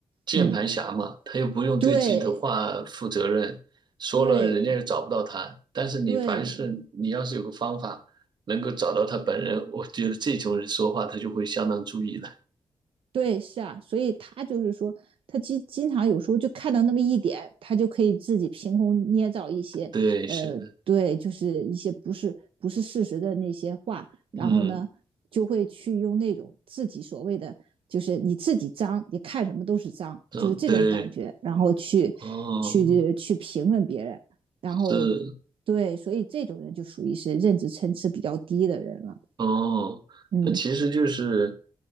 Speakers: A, on the right; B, on the right.
A: 键盘侠嘛，
B: 嗯，
A: 他又不用对自己的话负责任，
B: 对
A: 说了人家又找不到他。
B: 对
A: 但是你凡是你要是有个方法能够找到他本人，
B: 对
A: 我觉得这种人说话他就会相当注意了。
B: 对，是啊，所以他就是说，他经经常有时候就看到那么一点，他就可以自己凭空捏造一些，
A: 对，
B: 呃，
A: 是的，
B: 对，就是一些不是不是事实的那些话，
A: 嗯，
B: 然后呢，就会去用那种自己所谓的，就是你自己脏，你看什么都是脏，
A: 嗯，
B: 就是这种感觉，
A: 对，
B: 然后去去去评论别人，
A: 哦，
B: 然后
A: 是，
B: 对，所以这种人就属于是认知层次比较低的人了，
A: 哦，
B: 嗯。
A: 那其实就是